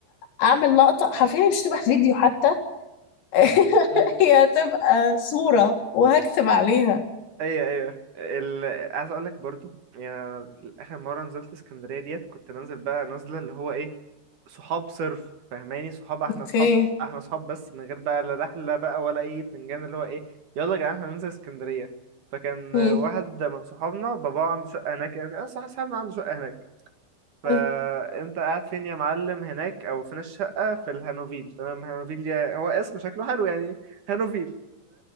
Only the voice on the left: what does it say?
اعمل لقطه حرفيا مش تبقى فيديو حتى <laughs>
هي هتبقى صوره وهكتب عليها
اوكي
اوكي
حلو.